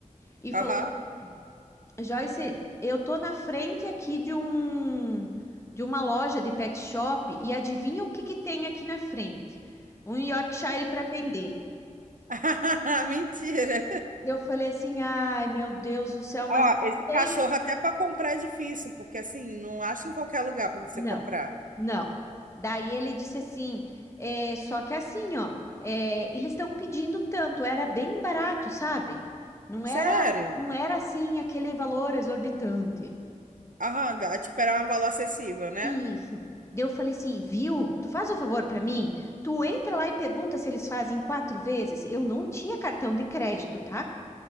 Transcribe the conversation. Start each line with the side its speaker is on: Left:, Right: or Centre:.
Left: e
Right: Aham.
Left: falou assim, Joyce, eu tô na frente aqui de um de uma loja de pet shop e adivinha o que que tem aqui na frente? Um Yorkshire para vender.
Right: <laughs> Mentira.
Left: E eu falei assim, ai, meu Deus do céu, mas
Right: Ó,
Left: eu não
Right: esse cachorro
Left: tenho.
Right: até para comprar é difícil, porque assim, não acha em qualquer lugar para você
Left: Não,
Right: comprar.
Left: não. Daí ele disse assim, é, só que assim, ó, é, eles estão pedindo tanto, era bem barato, sabe? Não
Right: Sério?
Left: era, não era assim aquele valor exorbitante.
Right: Aham, dá- tipo, era um valor acessível, né?
Left: Isso. Daí eu falei assim, viu? Tu faz um favor pra mim? Tu entra lá e pergunta se eles fazem quatro vezes. Eu não tinha cartão de crédito, tá?